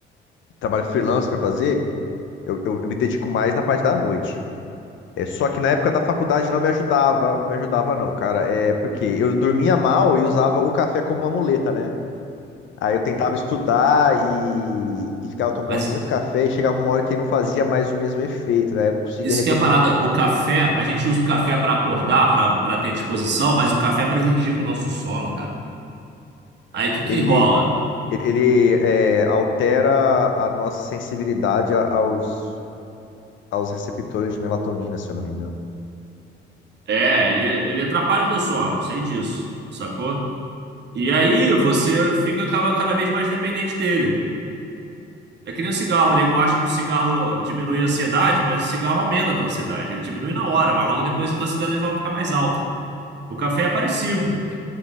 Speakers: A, on the left; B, on the right.
A: trabalho freelance para fazer, eu, eu, eu me dedico mais na parte da noite. É, só que na época da faculdade não me ajudava, não me ajudava não, cara. É porque eu dormia mal e usava o café como uma muleta, né? Aí eu tentava estudar e, e ficava tomando
B: Mas
A: muito café e chegava uma hora que não fazia mais o mesmo efeito, né? Eu não conseguia
B: isso
A: render.
B: que é a parada, o café, a gente usa o café pra acordar, pra para ter disposição, mas o café prejudica o nosso sono, cara. Aí o que que
A: Ele,
B: rola?
A: ele, ele, é, altera a nossa sensibilidade a- aos, aos receptores de melatonina, se eu não me engano.
B: É, ele, ele atrapalha o teu sono, eu sei disso, sacou? E aí você fica ca- cada vez mais dependente dele. É que nem o cigarro, o nego acha que o cigarro diminui a ansiedade, mas o cigarro aumenta a tua ansiedade. Ele diminui na hora, mas logo depois a tua ansiedade vai ficar mais alta. O café é parecido,